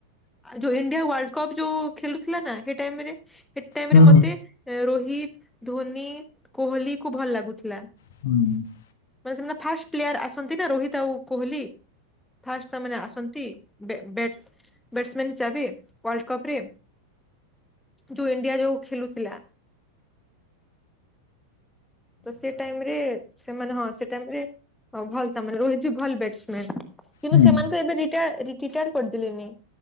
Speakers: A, in the centre; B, on the left.
A: ଯୋଉ ଇଣ୍ଡିଆ ୱାର୍ଲଡ କପ୍ ଯୋଉ ଖେଲୁଥିଲା ନା ସେ ଟାଇମ ରେ ସେ ଟାଇମ
B: ହୁଁ
A: ରେ ମତେ ରୋହିତ ଧୋନି କୋହଲିକି ଭଲ ଲାଗୁଥିଲା।
B: <inaudible>
A: ବାସ୍ ମୋ ଫାଷ୍ଟ ପ୍ଲେୟାର ଆସନ୍ତି ନା ରୋହିତ ଆଉ କୋହଲି ଫାଷ୍ଟ ସେମାନେ ଆସନ୍ତି। ନ୍ତି ବ୍ୟାଟ ବ୍ୟାଟ୍ସମ୍ୟାନ ହିସାବରେ ୱାଲ୍ କପରେ। ଯୋଉ ଇଣ୍ଡିଆ ଯୋଉ ଖେଳୁଥିଲା। ତୋ ସେ ଟାଇମ୍ ରେ ସେମାନେ ହଁ ସେ ଟାଇମ୍ ରେ ଭଲ ରୋହିତ ବି ଭଲ ବିୟାଟସ୍ମ ମିୟାନ କିନ୍ତୁ
B: ହୁଁ
A: ସେମାନେତ ଏବେ ରି ଟା <unintelligible>